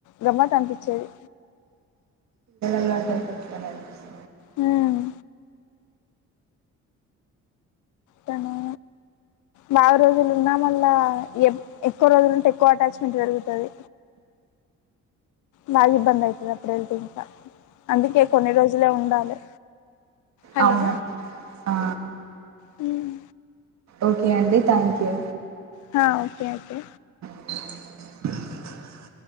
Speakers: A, on the left; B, on the right.
A: గమ్మత్ అనిపించేది
B: నాకు అట్లనే అనిపిస్తా
A: హ్మ్ తనే బాగా రోజులు ఉన్నా మళ్ళా ఎప్ ఎక్కువ రోజులంటే ఎక్కువ అటాచ్మెంట్ పెరుగుతది బాగా ఇబ్బంది అయితది అప్పుడు అయితే ఇంకా అందుకే కొన్ని రోజులే ఉండాలి హలో
B: అవున ఆ
A: మ్
B: ఓకే అండి థ్యాంక్యూ
A: హ ఓకే ఓకే
B: <inaudible>